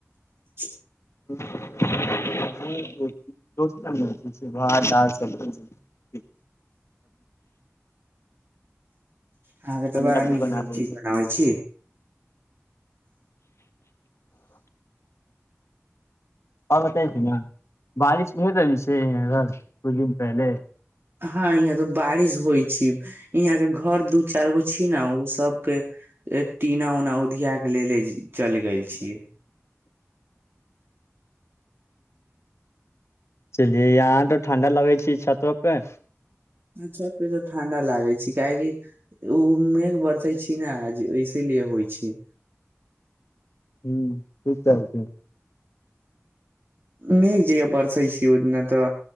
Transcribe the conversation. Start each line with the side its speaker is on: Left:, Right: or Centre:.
Right: <inaudible>
Left: <unintelligible> भात दाल सब्जी
Right: अहाँके तऽ
Left: पंजाबी
Right: बड़ा नीक
Left: बना
Right: नीक
Left: लै
Right: चीज
Left: छी।
Right: बनाबै छी
Left: हँ बताैछी ने बारिश भ रहली छै इधर कुछ दिन पहिले
Right: हँ यहाँ तऽ बारिश होइ छी यहाँ के घर दू चार गो छी ने ओ सबके टीना ऊना उधिया के लेले चलि गेल छीयै
Left: चलियै यहाँ तऽ ठण्डा लगै छै छतोपे
Right: ह छत पे तो ठण्डा लागै छै काहेकि ओ मेघ बरसै छी ने जे इसीलिए होइ छी
Left: ह ठीक कहै छै
Right: मेघ जेना बर्से छि <unintelligible> अही दिना तऽ